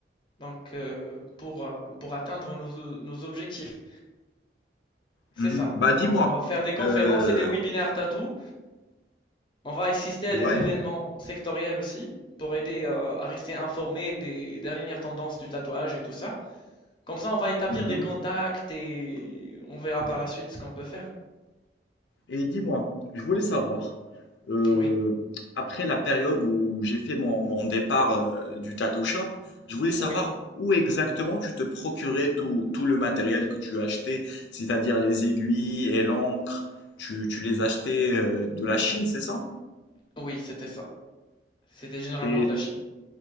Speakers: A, on the left (about 25°); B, on the left (about 80°).
A: donc euh, pour, euh, pour atteindre nos, o- nos objectifs. C'est
B: Mhm.
A: ça.
B: Bah dis-moi,
A: Donc on va faire des conférences
B: euh,
A: et des webinaires tatou. On va assister à
B: ouais,
A: des événements sectoriels aussi pour aider euh, à rester informé des dernières tendances du tatouage et tout ça. Comme ça, on va établir
B: mhm.
A: des contacts et on verra par la suite ce qu'on peut faire.
B: Et dis-moi, je voulais savoir, euh,
A: Oui,
B: après la période où j'ai fait mon, mon départ euh, du tattoo shop, je voulais savoir
A: oui,
B: où exactement tu te procurais tout, tout le matériel que tu achetais, c'est-à-dire les aiguilles et l'encre, tu, tu les achetais euh, de la Chine, c'est ça?
A: oui, c'était ça. C'était généralement
B: Et
A: de la Chine.
B: t-